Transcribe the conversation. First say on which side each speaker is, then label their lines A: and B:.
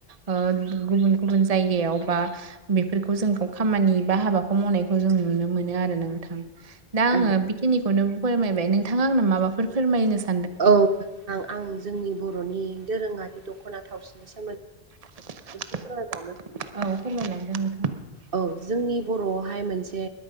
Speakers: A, on the right; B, on the right.
A: ओ गुबुन गुबुन जायगायाव बा बेफोरखौ जों खामानि बा हाबाखौ मावनायखौ जों नुनो मोनो आरो नोंथां। दा आङो
B: औ
A: बेखिनिखौनो फोरमायबाय नोंथाङा आंनो माबाफोर फोरमायनो सा
B: औ आ आं जोंनि बर'नि दोरोङारि दख'ना थावसिनि सो
A: औ फोरमायलांदो नोंथां।
B: औ जोंनि बर' बेहाय मोनसे